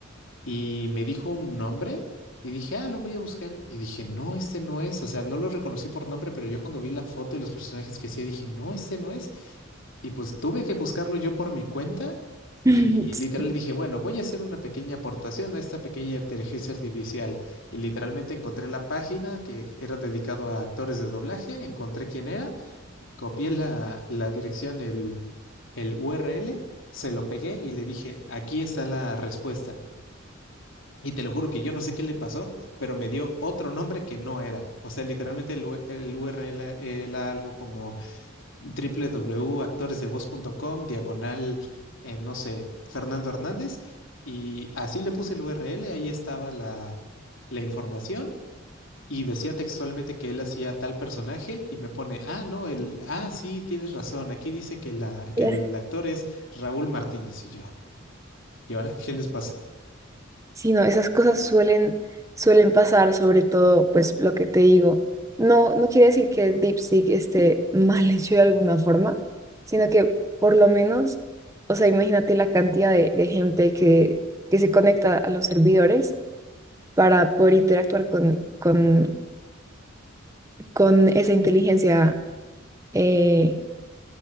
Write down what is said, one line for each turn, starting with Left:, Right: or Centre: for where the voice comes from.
Left: y me dijo un nombre y dije, ah, lo voy a buscar. Y dije, no, este no es. O sea, no lo reconocí por nombre, pero yo cuando vi la foto y los personajes que hacía, dije, no, este no es. Y pues tuve que buscarlo yo por mi cuenta
Right: <laughs>
Left: y literal dije, bueno, voy a hacer una pequeña aportación a esta pequeña inteligencia artificial. Y literalmente encontré la página que era dedicado a actores de doblaje, encontré quién era, copié la, la dirección, el, el URL, se lo pegué y le dije, aquí está la respuesta. Y te lo juro que yo no sé qué le pasó, pero me dio otro nombre que no era. O sea, literalmente el, U- el URL era algo como www.actoresdevoz.com, diagonal, eh, no sé, Fernando Hernández. Y así le puse el URL, ahí estaba la, la información. Y decía textualmente que él hacía tal personaje y me pone, ah, no, el, ah, sí, tienes razón, aquí dice que, la, que
Right: Sí,
Left: el actor es Raúl Martínez y yo. ¿Y ahora qué les pasa
Right: Sí, no, esas cosas suelen, suelen pasar, sobre todo, pues lo que te digo. No, no quiere decir que DeepSeek esté <laughs> mal hecho de alguna forma, sino que por lo menos, o sea, imagínate la cantidad de, de gente que, que se conecta a los servidores para poder interactuar con, con, con esa inteligencia eh,